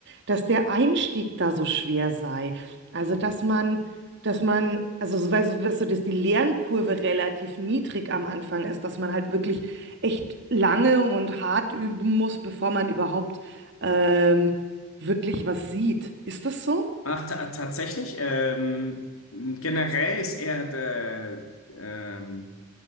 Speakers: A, on the right; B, on the left.
A: dass der Einstieg da so schwer sei. Also, dass man, dass man, also, so, weißt, du- weißt du, dass die Lernkurve relativ niedrig am Anfang ist, dass man halt wirklich echt lange und hart üben muss, bevor man überhaupt ähm, wirklich was sieht. Ist das so?
B: Ach, ta tatsächlich, ähm, generell ist eher der, ähm,